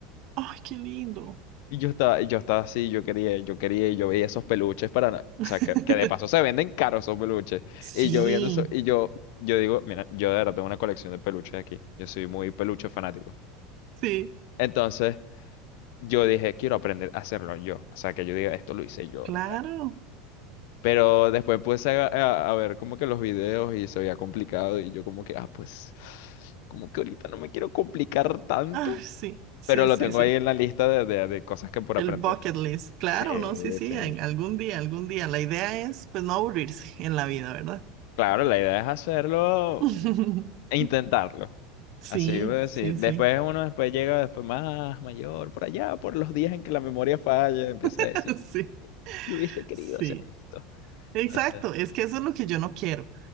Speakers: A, on the right (about 55°); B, on the left (about 65°).
A: Ay, qué lindo.
B: Y yo estaba, y yo estaba así, yo quería, yo quería, y yo veía esos peluches para, na-
A: <laughs>
B: o sea, que, que de paso se venden caros esos peluches.
A: Sí,
B: Y yo viendo eso, y yo, yo digo, mira, yo de verdad tengo una colección de peluches aquí. Yo soy muy peluche fanático.
A: sí,
B: Entonces, yo dije, quiero aprender a hacerlo yo. O sea, que yo diga, esto lo hice yo
A: claro.
B: y tal. Pero después puse a, a- a ver como que los videos y se veía complicado y yo como que, ah, pues, como que ahorita no me quiero complicar tanto.
A: Ay, sí, sí,
B: Pero lo
A: sí,
B: tengo
A: sí.
B: ahí en la lista de, de de cosas que por
A: El
B: aprender.
A: bucket list, claro,
B: Sí,
A: ¿no? Sí, sí,
B: sí.
A: en algún día, algún día. La idea es, pues, no aburrirse en la vida, ¿verdad?
B: Claro, la idea es hacerlo
A: <laughs>
B: e intentarlo.
A: Sí,
B: Así voy a decir.
A: sí,
B: Después
A: sí.
B: uno después llega después más mayor, por allá, por los días en que la memoria falla, empieza
A: <laughs>
B: a decir,
A: Sí,
B: yo hubiese querido
A: sí.
B: hacer esto.
A: Exacto,
B: No sé.
A: es que eso es lo que yo no quiero.